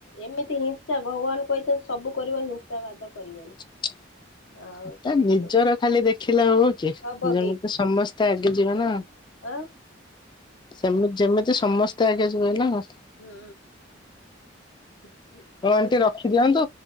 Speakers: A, on the left (about 85°); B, on the left (about 25°).
A: ଏମିତି ହିଂସା ଭଗବାନ କହିଛନ୍ତି ସବୁ କରିବ ହିଂସା ବାଦ କରିବନି।
B: <inaudible>
A: ଆଉ ସେ
B: ତା ନିଜର
A: ସେ
B: ଖାଲି ଦେଖିଲା ହବ କି
A: ହବ
B: ଯେମିତି ସମସ୍ତେ ଆଗେ ଯିବେ ନା।
A: ଆଉ।
B: ସେମିତି ଯେମିତି ସମସ୍ତେ ଆଗେ ଯିବେ ନା ଆଉ।
A: ହୁଁ। <unintelligible>
B: ହଉ ଆଣ୍ଟି ରଖିଦିଅନ୍ତୁ